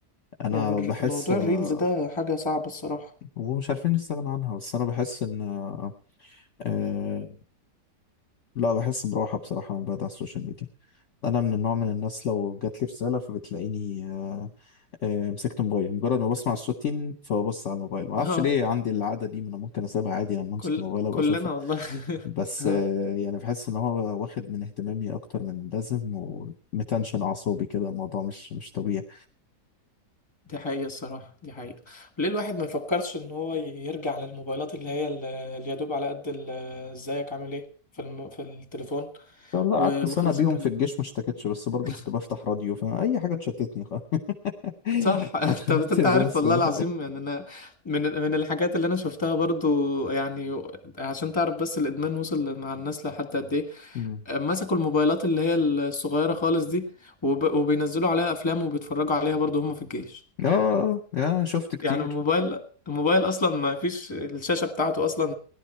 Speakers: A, on the left; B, on the left.
A: انا
B: يعني الر-
A: بحس
B: موضوع
A: آه،
B: الريلز ده حاجه صعبه الصراحه
A: ومش عارفين نستغنى عنها بس انا بحس ان آه، آه، لا بحس براحه بصراحه لما بقعد على السوشيال ميديا انا من النوع من الناس لو جات لي رساله فبتلاقيني آه، آه، مسكت موبايل مجرد ما بسمع الصوت تين فببص على الموبايل ما اعرفش
B: <laughs> اه
A: ليه عندي العاده دي ما انا ممكن اسيبها عادي لما امسك
B: كل
A: الموبايل ابقى
B: كلنا
A: اشوفها
B: والله <laughs>
A: بس
B: اه
A: آه، يعني بحس ان هو واخد من اهتمامي اكتر من اللازم ومتنشن اعصابي كده الموضوع مش مش طبيعي
B: دي حقيقه الصراحه دي حقيقه ليه الواحد ما يفكرش ان هو يرجع للموبايلات اللي هي ال- اللي يدوب على قد ال- ازيك عامل ايه في الم... في التليفون
A: لو لا
B: و...
A: قعدت سنه
B: وخلص
A: بيهم
B: الكلام
A: في الجيش ما اشتكتش بس برضو
B: <laughs>
A: كنت بفتح راديو فاي حاجه تشتتني خ- <laughs>
B: صح <laughs> انت
A: ما خدتش
B: انت
A: بس
B: عارف والله
A: كده
B: العظيم يعني انا من من الحاجات اللي انا شفتها برضو يعني عشان تعرف بس الادمان وصل مع الناس لحد قد ايه
A: مم.
B: مسكوا الموبايلات اللي هي الصغيره خالص دي وب... وبينزلوا عليها افلام وبيتفرجوا عليها برضو هم في الجيش
A: اه آه، يا شفت كتير
B: يعني الموبايل الموبايل اصلا ما فيش الشاشه بتاعته اصلا